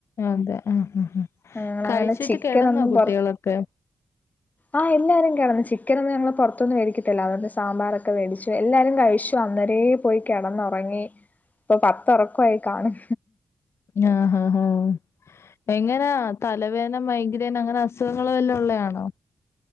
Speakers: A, on the left (about 70°); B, on the left (about 35°).
A: അതെ ആഹ് ആഹ്
B: ഞങ്ങളങ്ങനെ
A: കഴിച്ചിട്ട്
B: ചിക്കനൊന്നും
A: കെടന്നോ കുട്ടികളൊക്കെ
B: പൊറ ആഹ് എല്ലാരും കെടന്ന് ചിക്കൻ ഒന്നും ഞങ്ങള് പൊറത്തൂന് മേടിക്കത്തില്ല അതൊകൊണ്ട് സാമ്പാറൊക്കെ മേടിച്ചു എല്ലാരും കഴിച്ചു അന്നേരെ പോയി കെടന്ന് ഒറങ്ങി ഇപ്പൊ പത്ത് ഒറക്കമായി കാണും
A: ആഹ് ആഹ് ആഹ് എങ്ങനാ തലവേദന മൈഗ്രേൻ അങ്ങനെ അസുഖങ്ങളും വല്ലാം ഉള്ളതയാണോ